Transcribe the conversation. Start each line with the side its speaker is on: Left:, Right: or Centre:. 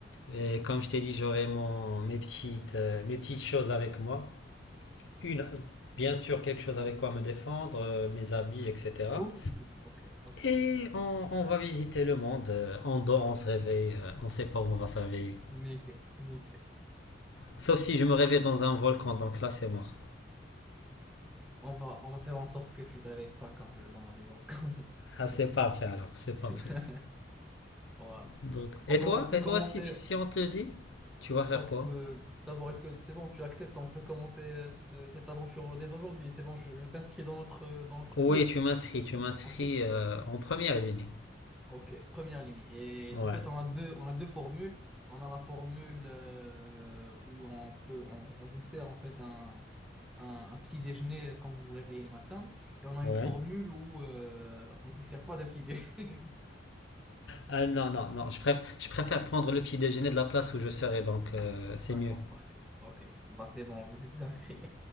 Left: Et comme je t'ai dit, j'aurai mon, mes petites, euh, mes petites choses avec moi. Une, bien sûr, quelque chose avec quoi me défendre, euh, mes habits, etc.
Centre: Ouh, ok, ok.
Left: Et on, on va visiter le monde. euh, On dort, on se réveille. euh, On sait pas où on va se réveiller.
Centre: Nickel, nickel.
Left: Sauf si je me réveille dans un volcan, donc là c'est mort.
Centre: On va, on va faire en sorte que tu te réveilles pas quand c'est dans les volcans. <laughs> parce
Left: Ah,
Centre: que-
Left: c'est parfait alors, c'est parfait.
Centre: <laughs> Voilà.
Left: Donc,
Centre: Donc
Left: et toi,
Centre: on on peut
Left: et
Centre: commencer.
Left: toi, si, si on te le dit, tu vas faire
Centre: Donc
Left: quoi?
Centre: euh, d'abord, est-ce que c'est bon, tu acceptes, on peut commencer euh, ce- cette aventure dès aujourd'hui. C'est bon, je, je t'inscris dans notre, euh, dans notre
Left: Oui,
Centre: club.
Left: tu m'inscris, tu m'inscris
Centre: Ok,
Left: euh, en première ligne.
Centre: ok. Première ligne. Et
Left: Ouais.
Centre: en fait, on a deux, on a deux formules. On a la formule euh, où on peut, on, on vous sert en fait un, un, un petit déjeuner quand vous vous réveillez le matin. Et on a
Left: Ouais.
Centre: une formule où euh, on vous sert pas de petit déjeuner. <laughs>
Left: Ah non, non, non, je préfère, je préfère prendre le petit déjeuner de la place où je serai, donc euh,
Centre: D'accord,
Left: c'est mieux.
Centre: parfait. Ok. Bah, c'est bon, vous êtes inscrit.